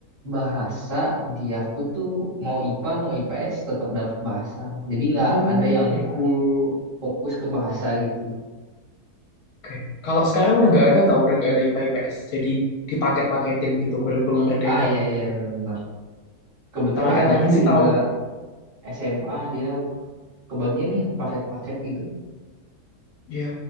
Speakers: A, on the right (about 50°); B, on the left (about 70°).
A: bahasa di aku tuh mau IPA mau IPS tetap dapat bahasa. Jadi nggak
B: Oh,
A: ada yang
B: iya.
A: full fokus ke bahasa gitu.
B: Oke. Kalau sekarang udah nggak ada tau, udah nggak ada IPA IPS. Jadi dipaket-paketin gitu kurikulum Merdeka.
A: Ah iya iya benar-benar. Kebetulan
B: Tapi
A: adikku
B: katanya sih
A: juga
B: tahun
A: SMA dia kebagian nih yang paket-paket gitu.
B: ya